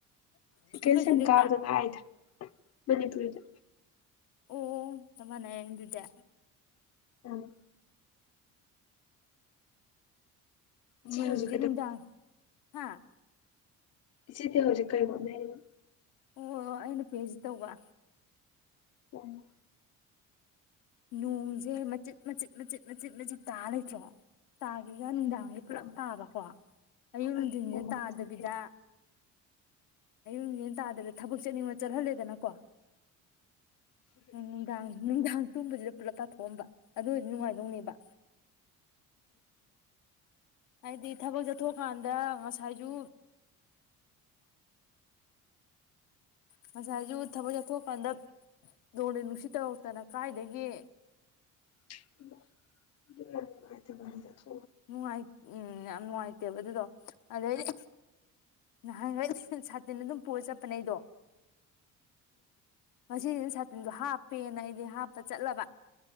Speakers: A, on the left; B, on the left.
A: ꯁꯀꯦꯟ
B: ꯀꯩ
A: ꯁꯦꯝ
B: ꯁꯕꯖꯦꯛꯇ
A: ꯀꯥꯕꯗꯅ ꯉꯥꯏꯔꯤꯗ ꯃꯅꯤꯄꯨꯔꯤꯗ
B: ꯑꯣ ꯆꯞ ꯃꯥꯟꯅꯔꯦ ꯑꯗꯨꯗꯤ
A: ꯎꯝ ꯏꯆꯦ
B: ꯅꯣꯡꯖꯦ
A: ꯍꯧꯖꯤꯛ ꯀꯩꯗꯧ
B: ꯅꯨꯡꯗꯥꯡ ꯍꯥꯥ
A: ꯆꯦꯗꯤ ꯍꯧꯖꯤꯛ ꯀꯩ ꯍꯣꯠꯅꯔꯤꯕ
B: ꯑꯣ ꯑꯩꯅ ꯄꯤ ꯍꯩꯏ ꯗꯤ ꯇꯧꯕ
A: ꯎꯝ
B: ꯅꯣꯡꯁꯦ ꯃꯆꯤꯠ ꯃꯆꯤꯠ ꯃꯆꯤꯠ ꯃꯆꯤꯠ ꯇꯥꯔ ꯂꯩ ꯅꯠꯇ꯭ꯔꯣ ꯇꯥꯒꯦꯒ ꯅꯨꯡꯗꯥꯡ ꯄꯨꯂꯞ
A: ꯎꯝ
B: ꯇꯥꯕꯀꯣ ꯑꯌꯨꯛ ꯅꯨꯡꯗꯤꯟꯁꯦ
A: ꯑꯍꯤꯡꯒꯨꯝꯕ
B: ꯇꯥꯗꯕꯤꯗ
A: ꯐꯖꯅ
B: ꯑꯌꯨꯛ ꯅꯨꯡꯗꯤꯟ ꯇꯥꯗꯕꯤꯗ ꯊꯕꯛ ꯆꯦꯠꯅꯤꯡꯕ ꯆꯠꯍꯜꯂꯦꯗꯅꯀꯣ ꯅꯨꯡꯗꯥꯡ ꯅꯨꯡꯗꯥꯡ ꯇꯨꯝꯕꯁꯤꯗ ꯄꯨꯂꯞ ꯇꯍꯊꯣꯛꯑꯝꯕ ꯑꯗꯨ ꯑꯣꯏꯔꯗꯤ ꯅꯨꯡꯉꯥꯏꯗꯧ ꯅꯦꯕ ꯍꯥꯏꯗꯤ ꯊꯕꯛ ꯆꯠꯊꯣꯛ ꯑꯀꯥꯟꯗ ꯉꯥꯁꯥꯏꯁꯨ ꯉꯁꯥꯏꯁꯨ ꯊꯕꯛ ꯆꯠꯊꯣꯛꯑꯀꯥꯟꯗ ꯅꯣꯡꯂꯩ ꯅꯨꯡꯁꯤꯠ ꯇꯧꯔꯛꯇꯅ ꯀꯥꯏꯗꯒꯤ
A: <unintelligible>
B: ꯅꯨꯡꯉꯥꯏ ꯎꯝ ꯌꯥꯝ ꯅꯨꯡꯉꯥꯏꯇꯦꯕ ꯑꯗꯨꯗꯣ ꯑꯗꯩꯗꯤ ꯅꯍꯥꯟꯒꯩ ꯁꯥꯇꯤꯟ ꯑꯗꯨꯝ ꯄꯨꯔ ꯆꯠꯄꯅꯦ ꯑꯩꯗꯣ ꯉꯁꯤꯁꯤꯅ ꯁꯥꯇꯤꯟꯗꯣ ꯍꯥꯞꯄꯦꯅ ꯑꯩꯗꯤ ꯍꯥꯞꯄ ꯆꯠꯂꯕ